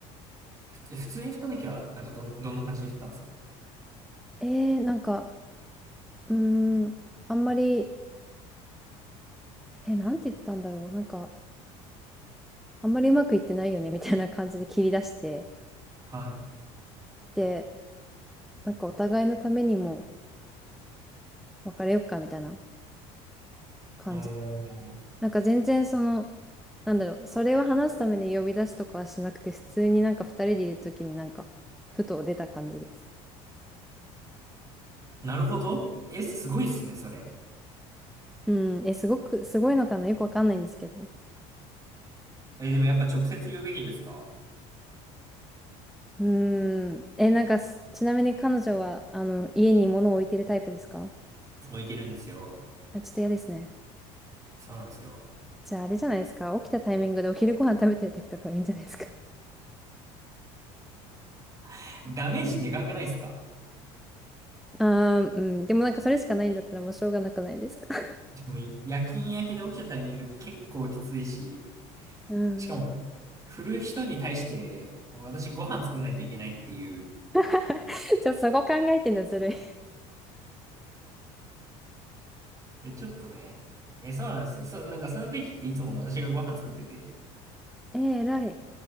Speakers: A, on the right; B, in the centre.
A: ふつ普通に振った時は、なんかどん、どんな感じで振ったんですか
B: えー、なんか、うーん、あんまり、えー、なんて言ったんだろう。なんか、あんまりうまくいってないよね、みたいな感じで切り出して、
A: はい。
B: で、なんかお互いのためにも別れよっか、みたいな感じです。
A: おー、
B: なんか全然その、なんだろう、それを話すために呼び出すとかはしなくて、普通になんか二人でいるときになんか、ふと出た感じです。
A: なるほど。え、すごいっすね、それ。
B: うん、えすごく、すごいのかな、よくわかんないんですけど。
A: え、でもやっぱ直接言うべきですか
B: うーん。え、なんかす、ちなみに彼女は、あの、家に物を置いてるタイプですか
A: 置いてるんですよ。
B: あ、ちょっと嫌ですね。
A: そうなんですよ。
B: じゃあ、あれじゃないですか。起きたタイミングでお昼ご飯食べてる時とかはいいんじゃないですか。
A: <laughs> ダメージでかくないですか
B: <laughs> あー、うん。でもなんかそれしかないんだったらもうしょうがなくないですか。<laughs>
A: しかも夜勤明けで起きたタイミングって結構きついし、
B: うん。
A: しかも、振る人に対して、私ご飯作んないといけないっていう。
B: <laughs> じゃあ、そこ考えてんだ、ずるい。
A: え、ちょっとね、え、そうなんですよ。そう、なんかその時っていつも私がご飯作ってて、
B: えー、偉い。